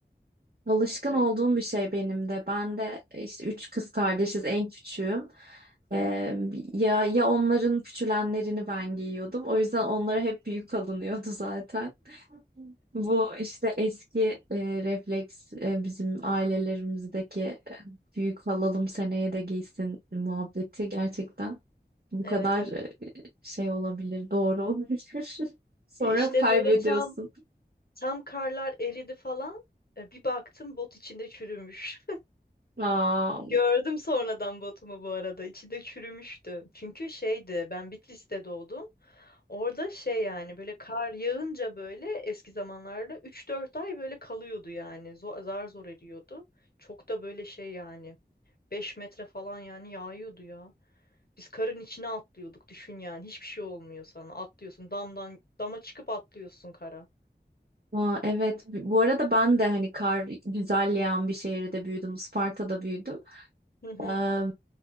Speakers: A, on the right; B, on the left.
A: Alışkın
B: Öyle.
A: olduğum bir şey benim de. Ben de e, işte üç kız kardeşiz, en küçüğüm. Ee, ya ya onların küçülenlerini ben giyiyordum. O yüzden onlara hep büyük alınıyordu <laughs> zaten. Bu işte eski e, refleks e, bizim ailelerimizdeki e, büyük alalım seneye de giysin muhabbeti gerçekten bu
B: Evet
A: kadar
B: evet.
A: e, şey olabilir, doğru olabilir. <laughs> Sonra
B: E, İşte
A: kaybediyorsun.
B: böyle tam tam karlar eridi falan. E, Bir baktım bot içinde çürümüş.
A: Aa,
B: Gördüm sonradan botumu bu arada. İçi de çürümüştü. Çünkü şeydi ben Bitlis'te doğdum. Orada şey yani böyle kar yağınca böyle eski zamanlarda üç dört ay böyle kalıyordu yani. Zor, zar zor eriyordu. Çok da böyle şey yani 5 metre falan yani yağıyordu ya. Biz karın içine atlıyorduk düşün yani. Hiçbir şey olmuyor sana. Atlıyorsun damdan dama çıkıp atlıyorsun kara.
A: Aa, evet. Bu arada ben de hani kar güzel yağan bir şehirde büyüdüm. Isparta'da büyüdüm.
B: Hı hı
A: Eee,